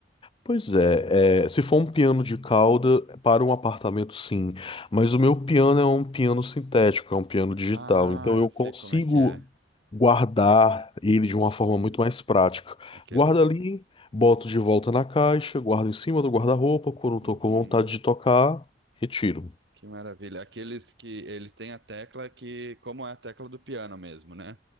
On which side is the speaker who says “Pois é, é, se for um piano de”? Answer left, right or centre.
Left